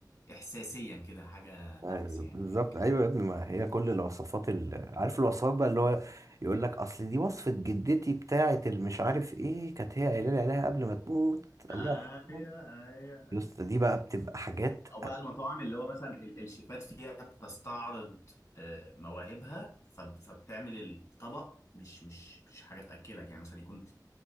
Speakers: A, on the left; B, on the right.
A: احساسيا كده حاجة نفس
B: ايوه
A: يعني
B: بالظبط
A: فيك
B: ايوه يا ابني ما هي كل الوصفات ال... عارف الوصفات بقى اللي هو يقول لك اصل دي وصفه جدتي بتاعه المش عارف ايه كانت هي قايله لي عليها قبل ما تموت
A: ايوه
B: الله يرحمها
A: ايوه
B: يا اسطى دي بقى بتبقى حاجات
A: او بقى المطاعم اللي هو مثلا ال- الشيفات فيها بتستعرض آه، مواهبها فب- فبتعمل الطبق مش مش مش حاجة تأكلك يعني مثلا يكون